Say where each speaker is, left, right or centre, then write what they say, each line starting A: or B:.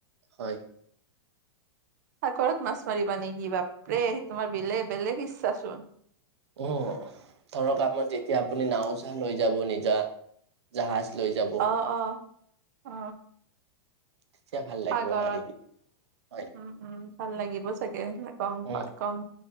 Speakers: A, on the right (about 85°); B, on the right (about 40°).
A: হয়
B: সাগৰত মাছ মাৰিবা নেকি? বাপৰে, তোমাৰ বেলেগ বেলেগ ইচ্ছা চোন।
A: অ', ধৰক কামত যেতিয়া আপুনি নাও চা লৈ যাব নিজা। জাহাজ লৈ যাব।
B: অ অ অ
A: তেতিয়া ভাল লাগিব
B: সাগৰত
A: মাৰি কিনে হয়
B: উম, উম, ভাল লাগিব চাগে গম
A: উম,
B: পাই গম